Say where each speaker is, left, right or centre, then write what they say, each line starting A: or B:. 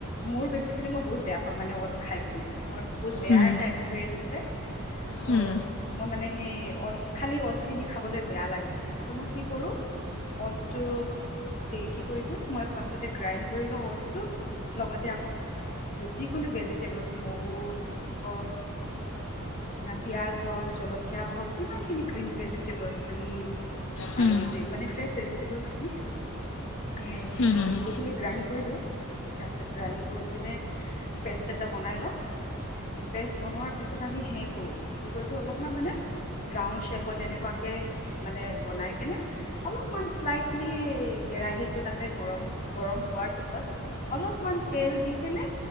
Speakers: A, on the left; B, on the left.
A: মোৰ বেচিকেলি মই বহুত বেয়া পাওঁ মানে, ওচ খাই কেনে? মোৰ বহুত বেয়া
B: হুম
A: এটা এক্সপিৰিয়েঞ্চ আছে ছ'।
B: হুম
A: ম মানে হে‌ অথচ খালি অথচ খিনি খাব লে বেয়া লাগে। কৰো, অথচ টো, কি কয় এইটো ভয় পাছতে গ্ৰাইন কৰি ল ও অথচ টো‌। লগতে যিকোনো ভেজিতেবুলচ মগো, অ পিয়াজ। হওক জলকীয়া হওক যিমানখিনি গ্ৰীণ ভেজিটেবলছ গ্ৰীণ
B: হুম
A: আৰু যে মানে ফ্ৰেছ ভেজিটেবলছখিনি। এ
B: হুম হুম
A: গোটেইখিনি গ্ৰাইন্ড কৰি দিওঁ। তাৰপিছত গ্ৰাইন্ড কৰি কেনে পেষ্ট এটা বনাই লওঁ। পেষ্ট বনোৱাৰ পিছত আমি সেই কৰোঁ, কি কয় টো অলপমান মানে ৰাউণ্ড শ্বেপত এনেকুৱাকে মানে বনাইকেনে, অলপমান শ্লাইটলি কেৰাহীটো তাতে গৰম- গৰম হোৱাৰ পিছত, অলপমান তেল দিকেনে